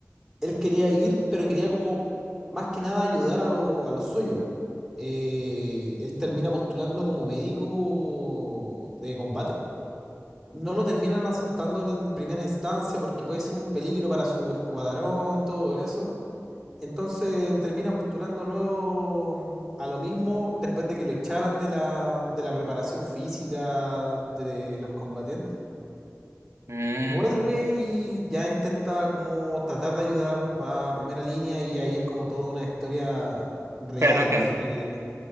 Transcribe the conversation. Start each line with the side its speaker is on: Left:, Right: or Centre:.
Centre: él quería ir, pero quería como más que nada ayudar a, lo- a los suyos. Eh, él termina postulando como médico de combate. No lo terminan aceptando en primera instancia porque puede ser un peligro para su escuadrón, todo eso. Entonces termina postulando luego a lo mismo después de que lo echaran de la, de la preparación física de los combatientes.
Right: Mm,
Centre: Vuelve
Right: mm.
Centre: y ya intenta como tratar de ayudar, va a primera línea y ahí es como toda una historia real
Right: Pero no entiendo.
Centre: al final. eh.